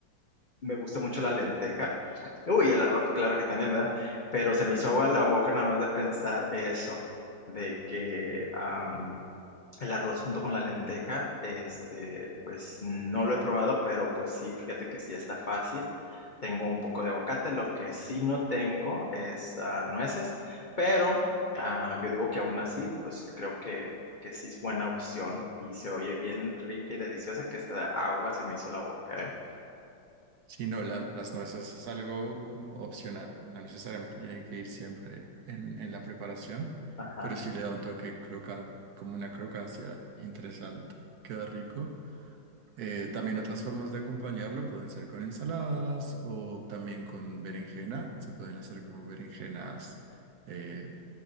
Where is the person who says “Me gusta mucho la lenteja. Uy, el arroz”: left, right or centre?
Left